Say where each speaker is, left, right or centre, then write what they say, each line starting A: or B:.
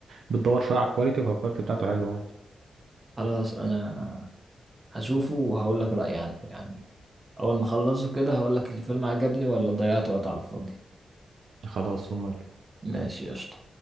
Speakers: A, on the right; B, on the right.
A: بتدور شوية على الكواليتي فالكواليتي بتاعته حلوة عادي
B: خلاص انا هشوفه وهقول لك رأيي عنه يعني اول ما اخلصه كده هقول لك الفيلم عجبني ولا ضيعت وقت على الفاضي
A: خلاص ومال
B: ماشي قشطة